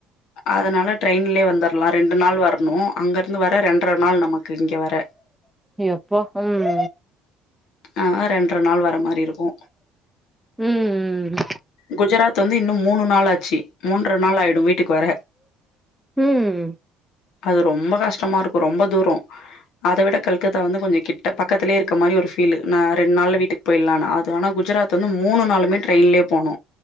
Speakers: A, on the left; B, in the centre.
A: அதுனால ட்ரெயின்லே வந்துர்லா ரெண்டு நாள் வர்ணு அங்க இருந்து வர ரெண்ற நாள் நமக்கு இங்க வர
B: எப்பா ம்
A: ஆக ரெண்ற நாள் வர மாரி இருக்கு
B: ம் ம்
A: குஜராத் வந்து இன்னு மூணு நாள் ஆச்சு மூன்ற நாள் ஆய்டு வீட்டுக் வர
B: ம்
A: அது ரொம்ப கஷ்டமா இருக்கு ரொம்ப தூரோ அத விட கல்கத்தா வந்து கொஞ்சோ கிட்ட பக்கத்துலே இருக்க மாரி ஒரு ஃபீலு நான் ரெண் நாள்ல வீட்டுக் போய்ல்லானு அது ஆனா குஜராத் வந்து மூணு நாளுமே ட்ரெயின்லே போனு